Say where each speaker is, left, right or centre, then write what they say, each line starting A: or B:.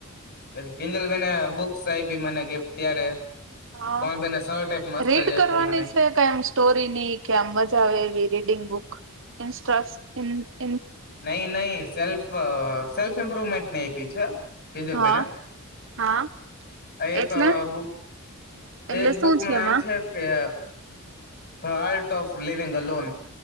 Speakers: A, on the left; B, on the right.
A: પહી કિંજલબેેને બુક્સ આપી. મને ગિફ્ટ ત્યારે
B: હન
A: કોણબેને શર્ટ એક મસ્ત
B: રીડ
A: જ આપ્યો
B: કરવાની
A: મને
B: છે. કઈમ સ્ટોરીની કે આમ મજા આવે એવી રીડિંગ બુક ચસ ઉન
A: નઈ નઈ સેલ્ફ સેલ્ફ ઈમ્પ્રુવમેન્ટની આપી છે અ. કિંજલબેને
B: હા હા
A: અ એક
B: એટલે
A: બુક
B: એટલે
A: એક
B: શું
A: બુકનું નામ
B: એમાં
A: છે કે the the art of living alone